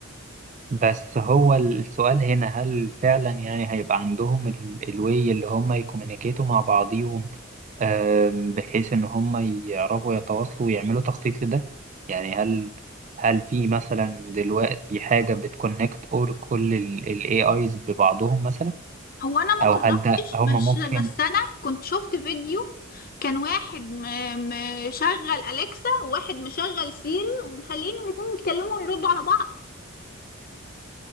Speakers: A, on the right; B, on the left.
A: بس هو السؤال هنا هل فعلا يعني هيبقى عندهم ال- الوي اللي هم يكومينيكيتوا مع بعضيهم آم، بحيث ان هم يعرفوا يتواصلوا ويعملوا تخطيط لده يعني هل هل في مثلا دلوقتي حاجة بتكونكت اور كل الاي ايز ببعضهم مثلا
B: هو انا ما
A: او
B: جربتش
A: هل ده هم
B: بس
A: ممكن
B: بس انا كنت شفت فيديو كان واحد م- مشغل أليكسا وواحد مشغل سيري ومخلين الاتنين يتكلموا ويردوا على بعض